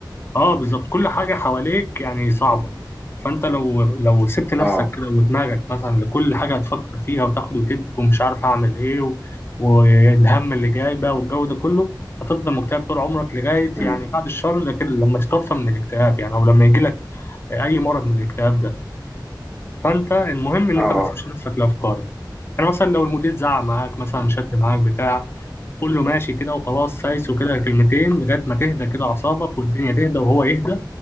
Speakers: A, on the left; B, in the centre.
A: اه بالظبط كل حاجة حواليك يعني صعبة فانت لو لو سبت نفسك
B: اه
A: كده ودماغك مثلا لكل حاجة هتفكر فيها وتاخد وتدي ومش عارف هعمل ايه و... والهم اللي جاي بقى والجو ده كله هتفضل مكتئب طول عمرك لغاية
B: امم
A: يعني بعد الشر لكن لما تتوفى من الاكتئاب يعني او لما يجيلك اي مرض من الاكتئاب ده فانت المهم ان
B: اه
A: انت ما تسيبش نفسك لافكارك يعني مثلا لو المدير زعق معاك مثلا
B: مم.
A: شد معاك بتاع قول له ماشي كده وخلاص سايس وكده كلمتين لغاية ما تهدى كده اعصابك والدنيا تهدى وهو يهدى